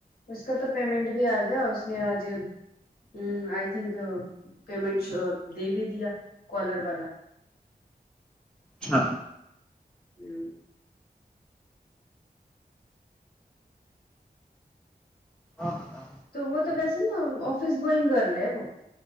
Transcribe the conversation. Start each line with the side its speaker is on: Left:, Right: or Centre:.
Left: اس کا تو پیمنٹ بھی آ گیا اس نے آج ہوں آئی تھنک پیمنٹ ش دے بھی دیا کالر والا
Centre: اچھا
Left: ہوں
Centre: آ ہاں ہاں
Left: تو وہ تو ویسے نا آفس گوئنگ گرل ہے وہ